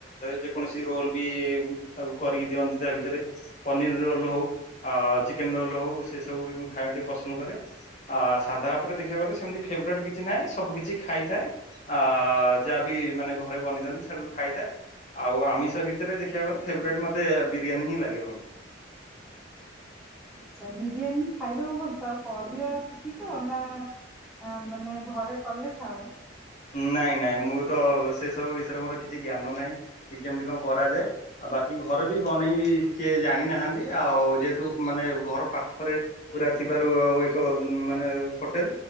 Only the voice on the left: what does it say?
ଯେକୌଣସି ରୋଲ ବି ତାକୁ କରିକି ଦିଅନ୍ତି ତା ଭିତରେ ପନିର ରୋଲ ହଉ ଆ ଚିକେନ ରୋଲ ହଉ ସେ ସବୁ ବି ମୁଁ ଖାଇବା ଟିକେ ପସନ୍ଦ କରେ ସାଧା ଅପରେ ଦେଖିବାକୁ ଗଲେ ସେମିତି ଫେବେରେଟ କିଛି ନାହିଁ ସବୁ କିଛି ଖାଇଥାଏ ଆ ଯାହାବି ମାନେ ଘରେ ବନି ଦିଅନ୍ତି ସବୁ ଖାଇଥାଏ ଆଉ ଆମିଷ ଭିତରେ ଦେଖିବାକୁ ଗଲେ ଫେବରେଟ ମତେ ବିରିୟାନୀ ହିଁ ଲାଗେ ଭଲ।
ନାଇଁ ନାଇଁ ମୁଁ ତ ସେସବୁ ବିଷୟରେ ମୋର କିଛି ଜ୍ଞାନ ନାହିଁ କି କେମିତି କଣ କରାଯାଏ। ଆଉ ବାକି ଘରେ ବି ବନେଇ କିଏ ଜାଣି ନାହାନ୍ତି ଆଉ ଯେହେତୁ ମାନେ ଘର ପାଖରେ ପୁରା ଥିବାରୁ ଏକ ମାନେ ହୋଟେଲ